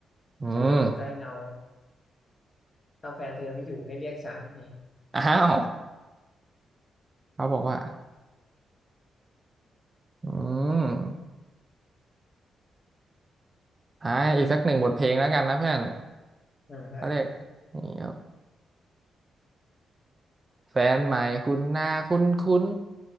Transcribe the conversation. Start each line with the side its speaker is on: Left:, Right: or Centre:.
Right: อืม
Left: ฉันหลบอยู่ใต้เงา ถอาแฟนเธอไม่อยู่ให้เรียกฉันเนี่ย
Right: อ้าวเขาบอกว่าอืม อ่าอีกสักหนึ่งบทเพลงแล้วกันนะเพื่อน
Left: อืมได้
Right: เขาเรียกนี่ครับแฟนใหม่คุณหน้าคุ้นคุ้น